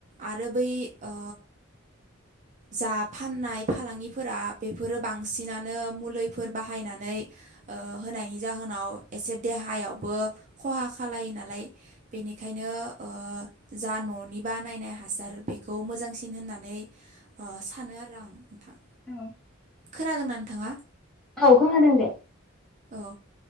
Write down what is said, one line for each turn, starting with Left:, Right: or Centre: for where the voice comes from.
Right: आरो बै ओ जा फाननाय फालांगि फोरा बेफोरो बांसिनानो मुलैफोर बाहायनानै ओ होनायनि जाहोनाव एसे देहायावबो खहा खालायो नालाय बेनिखायनो ओ जा न' नि बानायनाय हासार बेखौ मोजांसिन होननानै ओ सानो आरो आं नोंथां।
Centre: <unintelligible>
Right: खोनादों ना नोंथाङा?
Centre: औ खोनादों दे।
Right: <inaudible> ओ